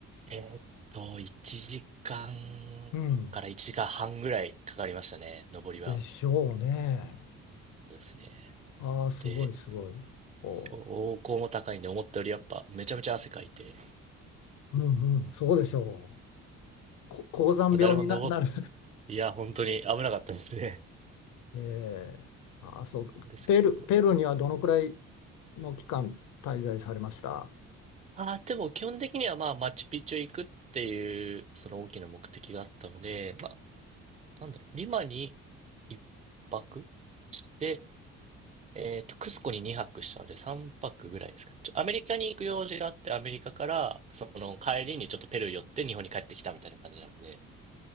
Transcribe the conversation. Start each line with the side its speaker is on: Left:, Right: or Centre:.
Right: えーっと、1時間かんから1時間半ぐらいかかりましたね、
Left: うん。
Right: 登りは。
Left: でしょうね。
Right: そうですね。
Left: ああ、すごいすごい。
Right: で、
Left: おう。
Right: 標高も高いんで、思ったよりやっぱめちゃめちゃ汗かいて、
Left: うんうん、そうでしょう。こ、高山病にな、
Right: まあ誰も登っ、
Left: なる。
Right: いや、本当に危なかったですね。
Left: <laughs> ええああ、そう。
Right: なんですけど、
Left: ペル、ペルーにはどのくらいの期間滞在されました
Right: ああ、でも基本的にはまあ、マチュピチュ行くっていう、その大きな目的があったので、まあ、なんだろう、リマに一泊して、えっと、クスコに2泊したので3泊ぐらいですか。ちょ、アメリカに行く用事があって、アメリカから、その帰りにちょっとペルー寄って日本に帰ってきたみたいな感じなので。